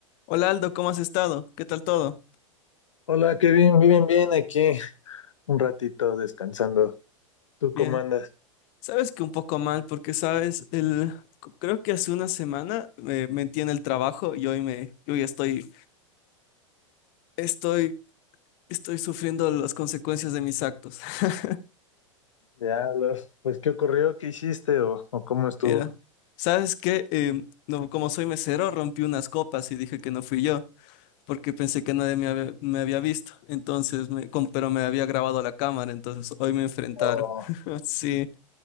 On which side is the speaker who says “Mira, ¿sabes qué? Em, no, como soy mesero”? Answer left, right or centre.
Left